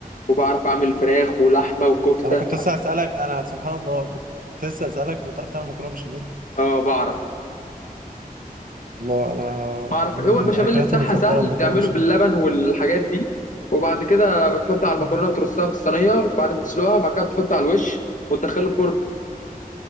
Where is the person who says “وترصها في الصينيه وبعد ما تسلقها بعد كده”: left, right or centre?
Left